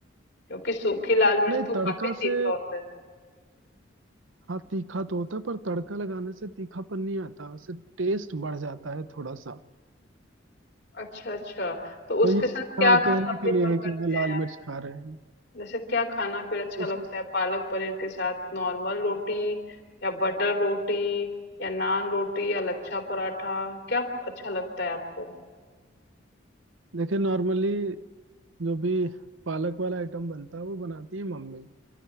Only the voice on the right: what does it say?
नहीं
तड़का
से
हाँ तीखा तो होता है पर तड़का लगाने से तीखापन नहीं आता सिर्फ टेस्ट बढ़ जाता है थोड़ा सा
तो
ये सिर्फ
हाँ
कहने
के लिए
है कि हाँ लाल
मिर्च खा रहे हैं
उसके
देखिए नॉर्मली जो भी पालक वाला आइटम बनता है वो बनाती है मम्मी